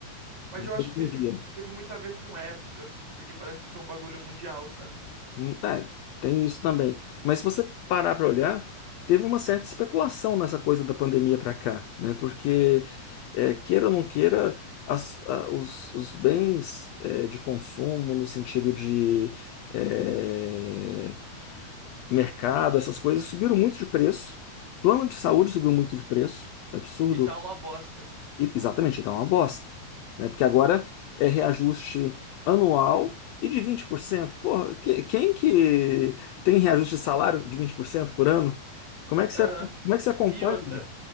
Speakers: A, on the right; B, on the left.
A: Mas
B: de
A: eu
B: dia
A: acho que teve,
B: em dia.
A: teve muito a ver com época, assim, porque parece que foi um bagulho mundial, sabe?
B: Hum, É, tem isso também. Mas se você parar para olhar, teve uma certa especulação nessa coisa da pandemia para cá, né? Porque, é, queira ou não queira, as- a- os, os bens, é, de consumo, no sentido de, é, mercado, essas coisas, subiram muito de preço. Plano de saúde subiu muito de preço. Absurdo
A: E tá uma bosta.
B: e- Exatamente, dá uma bosta. Né? Porque agora é reajuste anual e de 20%. Porra, que- quem que tem reajuste de salário de 20% por cento por ano? Como é que você,
A: Aham.
B: ac- como é que você acompanha?
A: E outra,